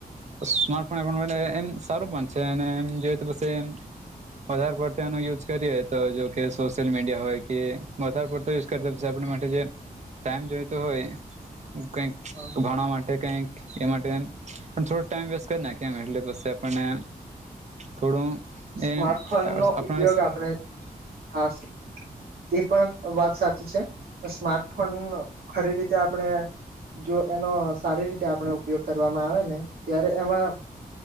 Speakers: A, on the right; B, on the right.
A: સ્માર્ટફોન એ આપણા માટે એમ સારું પણ છે અને એમ જોઈએ તો પસી વધારે પડતો એનો યુઝ કરીએ તો જોકે સોશિયલ મીડિયા હોય કે વધારે પડતો યુઝ કર પછી આપ માટે જે ટાઈમ જોઈ તો હોય કઈક
B: હા
A: ભણાવા માટે કઈક એ માટે પણ થોડો ટાઈમ વેસ્ટ કરી નાખી એમ એટલે પણ આપણને થોડું
B: સ્માર્ટફોન
A: એ આપણા
B: નો ઉપયોગ આપણે થાસે એ પણ વાત સાચી છે સ્માર્ટફોન ખરી રીતે આપણે જો એનો સારી રીતે આપણે ઉપયોગ કરવામાં આવે ને ત્યારે એમાં